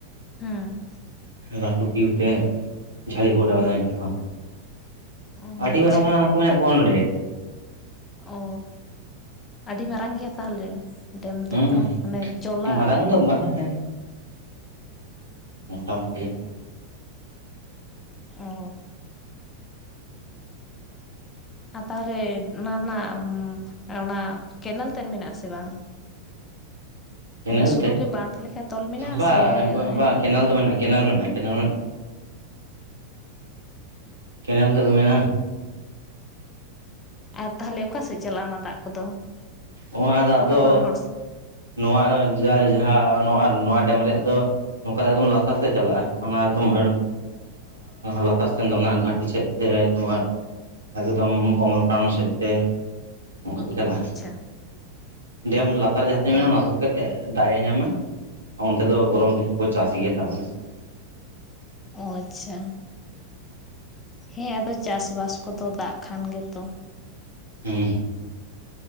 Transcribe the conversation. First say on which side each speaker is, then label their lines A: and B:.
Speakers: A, on the left; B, on the right.
A: ᱦᱮᱸ
B: ᱞᱟᱹᱴᱩ ᱴᱩᱴᱤᱛᱮ ᱡᱷᱟᱹᱞᱤ ᱠᱚ ᱚᱰᱟᱣ ᱮᱫᱟ ᱱᱤᱛ ᱦᱚᱸ
A: ᱚ
B: ᱟᱹᱰᱤ
A: ᱟᱪᱪᱷᱟ
B: ᱢᱟᱨᱟᱝ ᱢᱟᱨᱟᱝ ᱦᱟᱹᱠᱩ ᱢᱮᱱᱟᱜ ᱠᱚᱣᱟ ᱱᱚᱰᱮ
A: ᱚ ᱟᱹᱰᱤ ᱢᱟᱨᱟᱝ ᱜᱮᱭᱟ ᱛᱟᱦᱚᱞᱮ ᱰᱮᱢ ᱛᱮᱫ
B: ᱦᱩᱸ
A: ᱫᱚ ᱟᱱᱮ ᱡᱚᱞᱟ
B: ᱢᱟᱨᱟᱝ ᱫᱚ ᱵᱟᱝ ᱦᱮᱸ ᱢᱚᱴᱟᱢᱩᱴᱤ
A: ᱚ ᱟᱨ ᱛᱟᱦᱚᱞᱮ ᱚᱱᱟ ᱨᱮᱱᱟᱜ ᱚᱱᱟ ᱠᱮᱱᱮᱞ ᱛᱮᱫ ᱢᱮᱱᱟᱜ-ᱟ ᱥᱮ ᱵᱟᱝ?
B: ᱠᱮᱱᱮᱞ
A: ᱢᱟᱱᱮ ᱥᱩᱫᱷᱩ
B: ᱛᱮ
A: ᱜᱮ ᱵᱟᱸᱫᱷ ᱞᱮᱠᱟ ᱛᱚᱞ ᱢᱮᱱᱟᱜᱼᱟ
B: ᱵᱟ
A: ᱥᱮ ᱦᱮᱸ
B: ᱵᱟ ᱠᱮᱱᱮᱞ ᱫᱚ ᱢᱮᱱᱟᱜ ᱜᱮ᱾ ᱠᱮᱱᱮᱞ ᱢᱮᱱᱟᱜ-ᱟ ᱠᱮᱱᱮᱞ ᱢᱮᱱᱟᱜ-ᱟ ᱠᱮᱱᱮᱞ ᱛᱚ
A: ᱚ
B: ᱢᱮᱱᱟᱜ-ᱟ
A: ᱟᱨ ᱛᱟᱦᱚᱞᱮ ᱚᱠᱟ ᱥᱮᱫ ᱪᱟᱞᱟᱜᱼᱟ ᱚᱱᱟ ᱫᱟᱜ ᱠᱚᱫᱚ
B: ᱚᱱᱟ ᱫᱟᱜ
A: ᱚᱠᱟ
B: ᱫᱚ
A: ᱠᱚᱨᱮᱱ ᱦᱚᱲ
B: ᱱᱚᱣᱟ ᱡᱟᱦᱟᱸ ᱱᱚᱣᱟ ᱱᱚᱣᱟ ᱰᱮᱢ ᱨᱮᱭᱟᱜ ᱫᱚ ᱱᱚᱝᱠᱟ ᱫᱚ ᱮᱠᱫᱚᱢ ᱞᱟᱛᱟᱨ ᱥᱮᱫ ᱪᱟᱞᱟᱜᱼᱟ ᱚᱱᱟ ᱛᱚᱢᱟᱨ ᱞᱟᱛᱟᱨ ᱥᱮᱱ ᱫᱚ ᱚᱱᱟ ᱜᱷᱟᱴᱤ ᱥᱮᱫ ᱛᱮ ᱛᱳᱢᱟᱨ ᱮᱠᱫᱚᱢ ᱚᱢᱚᱨᱠᱟᱱᱚᱱ ᱥᱮᱫᱛᱮ ᱚᱱᱠᱟᱛᱮ ᱪᱟᱞᱟᱜᱼᱟ᱾
A: ᱟᱪᱪᱷᱟ
B: ᱰᱮᱢ ᱞᱟᱛᱟᱨ ᱨᱮ ᱡᱟᱦᱟᱸ ᱛᱤᱱᱟᱹᱜ ᱢᱮᱱᱟᱜᱼᱟ
A: ᱚ
B: ᱚᱱᱟ ᱟᱜᱩ ᱠᱟᱛᱮᱫ ᱫᱟᱜ ᱮ ᱧᱟᱢᱟ ᱚᱱᱛᱮ ᱫᱚ ᱜᱚᱨᱚᱢ ᱫᱤᱱ ᱦᱚᱸᱠᱚ ᱪᱟᱥ ᱜᱮᱭᱟ ᱛᱟᱵᱚᱞᱮ
A: ᱚ ᱟᱪᱪᱷᱟ᱾ ᱦᱮᱸ ᱟᱫᱚ ᱪᱟᱥ ᱵᱟᱥ ᱠᱚᱫᱚ ᱫᱟᱜ ᱠᱷᱟᱱ ᱜᱮᱛᱚ
B: ᱦᱮᱸ